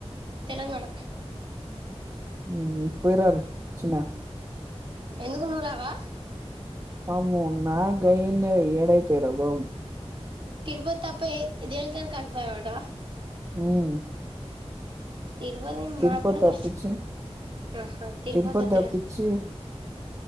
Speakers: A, on the right; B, on the right.
A: Telangana
B: ఉమ్ పోయిరారి చిన్న
A: ఎందుకు నువ్వు రావా
B: అమ్మె నాకు గయని ఏడా అయితాయి రా బాబు
A: తిరుపతి తప్ప ఎ దేనికైనా కన్ఫర్మ్టా అంటావా
B: ఉమ్
A: తిరుపతి
B: తిరుపతి
A: మాకు కూడా
B: తప్పించి
A: కష్టం ఆహా
B: తిరుపతి
A: వద్దులే
B: తప్పించి